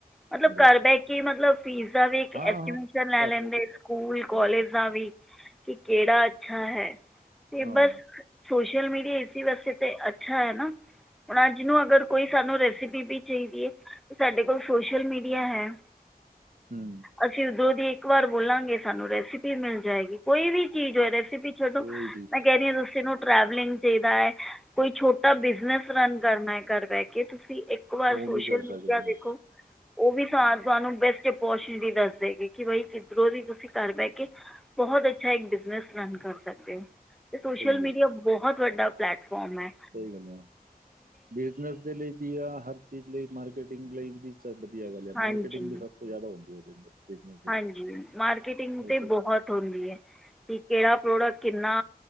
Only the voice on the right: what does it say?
ਮੀਡੀਆ
ਥਰੂ
ਹਾਂ
ਹਾਂ
ਕਰ
ਰਹੇ
ਹਾਂ
ਹੂੰ,
ਉਹੀ ਚੀਜ਼
ਉਹ
ਵੀ ਕਰ
ਸਕਦੇ
ਹਾਂ,
ਸਹੀ
ਸਈ ਗੱਲ ਆ। ਬਿਜਨਸ ਦੇ ਲਈ ਵੀ ਆ, ਹਰ ਚੀਜ਼ ਲਈ ਮਾਰਕੀਟਿੰਗ ਲਈ ਵੀ ਸਬ ਵਧੀਆ ਗੱਲ ਏ
ਮਾਰਕੀਟਿੰਗ ਵੀ ਸਭ ਤੋਂ ਜਾਦਾ ਹੁੰਦੀ ਏ ਓਦੇ ਅੰਦਰ ਬਿਜ਼ਨਸ ਦੇ
ਲਈ,
ਉਹ
ਸਭ